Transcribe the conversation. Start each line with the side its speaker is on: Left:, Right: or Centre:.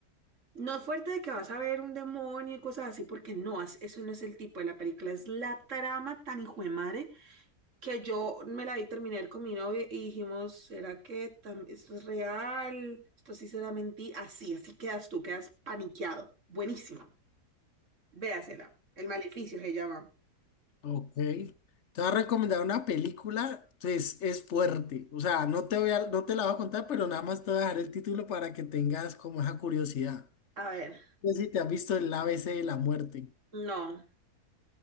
Right: no es fuerte de que vas a ver un demonio y cosas así, porque no, as- eso no es el tipo de la película, es la trama tan hijo de madre que yo me la vi, terminé de ver con mi novio y dijimos, ¿será que tam- esto es real? ¿Esto sí será mentira? Así, así quedas tú, quedas paniqueado. Buenísimo. Véasela. El maleficio se llama.
Left: Ok. Te voy a recomendar una película, pues es fuerte. O sea, no te voy a, no te la voy a contar, pero nada más te voy a dejar el título para que tengas como esa curiosidad.
Right: A ver,
Left: No sé si te has visto el ABC de la muerte.
Right: no.